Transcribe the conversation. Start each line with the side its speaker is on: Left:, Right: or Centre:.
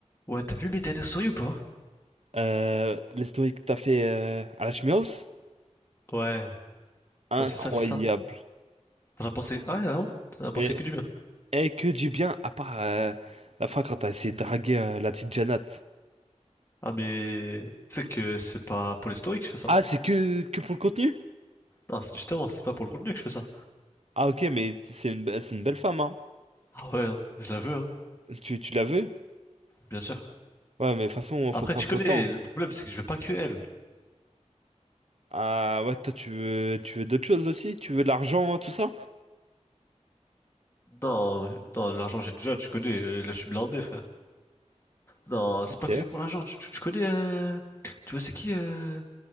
Left: Ouais, t'as vu mes dernières stories ou pas?
Right: Euh, l'historique que t'as fait euh, à la Schmaus,
Left: Ouais,
Right: incroyable.
Left: ouais, c'est ça, c'est ça. T'en as pensé. Ah ouais, vraiment? T'en as pensé
Right: Et,
Left: que du bien.
Right: et que du bien, à part euh, la fin quand t'as essayé de draguer euh, la petite Janat.
Left: Ah, mais. Tu sais que c'est pas pour les stories que je fais ça.
Right: Ah, c'est que, que pour le contenu?
Left: Non, c'est- justement, c'est pas pour le contenu que je fais ça.
Right: Ah, ok, mais c'est une, be- c'est une belle femme, hein.
Left: Ah ouais, hein, je la veux, hein,
Right: Tu, tu l'as vu?
Left: bien sûr.
Right: Ouais, mais de toute façon,
Left: Après,
Right: faut prendre
Left: tu connais,
Right: son temps.
Left: le problème, c'est que je veux pas que elle.
Right: Ah, ouais, toi, tu veux, tu veux d'autres choses aussi? Tu veux de l'argent, tout ça?
Left: Non, non, l'argent, j'ai déjà, tu connais, là, je suis blindé, frère. Non, c'est
Right: Ok.
Left: pas que pour l'argent, tu, tu, tu connais. euh, Tu vois, c'est qui euh...